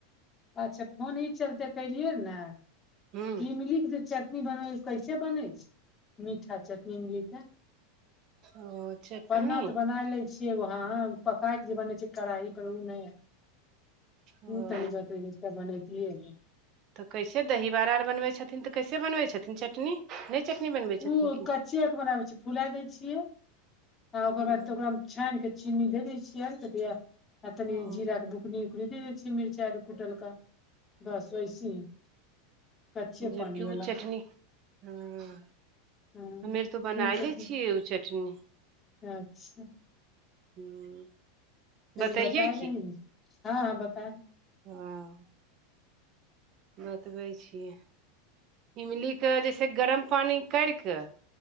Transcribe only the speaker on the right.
ह
ओ चटनी
ओ
तऽ कैसे दही बड़ा आर बनबै छथिन तऽ कैसे बनबै छथिन चटनी नइ चटनी बनबै छथिन
की
ओ
ओ
जबकि
ओ
चटनी हँ
हमे आर तऽ बनाय
लै छियै ओ चटनी
<unintelligible>
बतैयै
हं बतबै छिए इमलीके जैसे गरम पानि करि कऽ